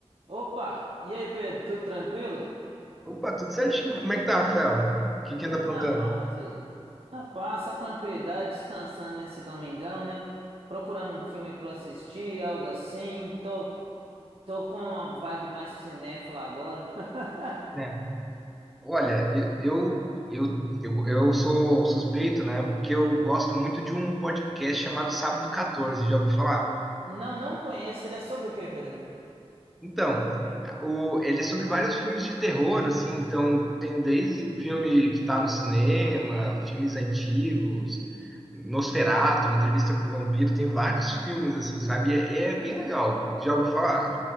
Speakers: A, on the right; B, in the centre.
A: Opa! E aí, Pedro? Tudo tranquilo?
B: Opa, tudo certinho. Como é que tá, Rafael? O que que
A: Tudo
B: anda aprontando?
A: na paz, velho. Na paz, só tranquilidade, descansando nesse domingão, né? Procurando um filme pra eu assistir, algo assim. Tô, tô com uma vibe mais cinéfila agora. <laughs>
B: Né? Olha, eu, eu, eu, eu sou suspeito, né? Porque eu gosto muito de um podcast chamado Sábado 14, já ouviu falar?
A: Não, não conheço. Ele é sobre o quê, Pedrão?
B: Então, o, ele é sobre vários filmes de terror, assim, então tem desde filme que tá no cinema, filmes antigos, Nosferatu, Entrevista com o Vampiro, tem vários filmes, assim, sabe? E é, é bem legal. Já ouviu falar?